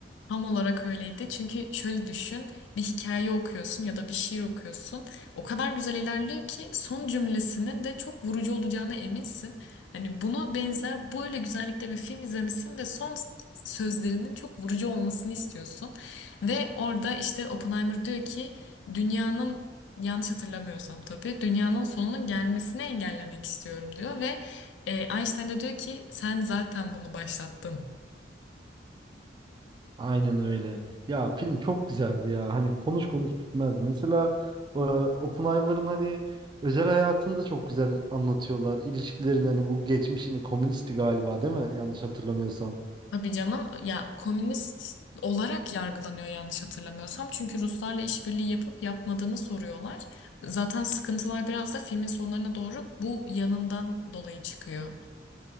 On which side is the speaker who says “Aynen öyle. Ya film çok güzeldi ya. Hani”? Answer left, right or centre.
Right